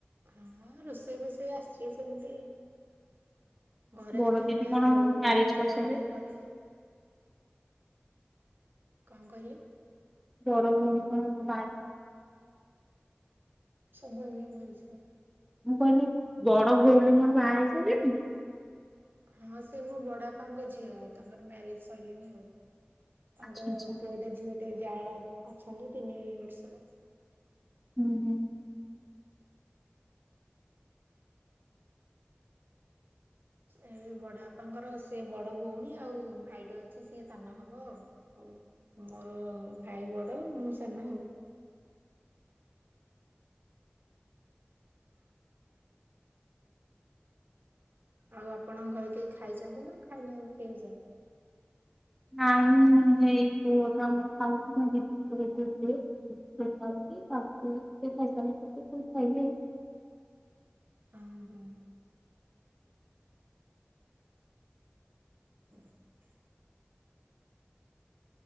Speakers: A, on the right (about 55°); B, in the centre.
A: ହଁ ରୋଷେଇ ଫୋଷେଇ ଆସିଛି ସେମିତି। ଘରେ
B: ବଡ
A: ଜେତେବେଳେ
B: ଦିଦି କଣ
A: ବୋଉ
B: ମ୍ୟାରେଜ
A: ନଥିଲା
B: କରିସାରିଲେ
A: ବେଳେ କରେ। କ କହିଲେ?
B: ବଡ଼ ଭଉଣୀ କଣ ବା
A: ସବୁନୀ ଭଲ ସେ?
B: ମୁଁ କହିଲି ବଡ ଭଉଣୀ କଣ ବାହା ହେଇଚନ୍ତି?
A: ହଁ ସେ ମୋ ବଡ ବାପା ଙ୍କ ଝିଅ ତାଙ୍କର ମ୍ୟାରେଜ ସଇଲାଣି ଆଉ। ତାଙ୍କର
B: ଆଚ୍ଛା ଆଚ୍ଛା
A: ପୁଅ ଟେ ଝିଅ ଟେ ଜାଆଁଳା ଅଛନ୍ତି ତିନି ବର୍ଷର।
B: ହୁଁ ହୁଁ।
A: ସେ ବି ବଡ ବାପାଙ୍କର ସେ ବଡ ଭଉଣୀ ଆଉ ଭାଇଟେ ଅଛି ସିଏ ସାନ ହବ। ହଉ ମୋର ଭାଇ ବଡ ମୁଁ ସାନ ଆଉ। ଆଉ ଆପଣଙ୍କ ଘରେ କେହି ଖାଇଛନ୍ତି ନା ଖାଇନାହାନ୍ତି କେହି ଯା।
B: ନାଇ ଏଇ ପୁଅ ତ ଖାଉଛନ୍ତି <unintelligible> ତା ଫାଇ ଖାଇବେ <unintelligible>
A: ହୁଁ ହୁଁ। ହଁ <inaudible>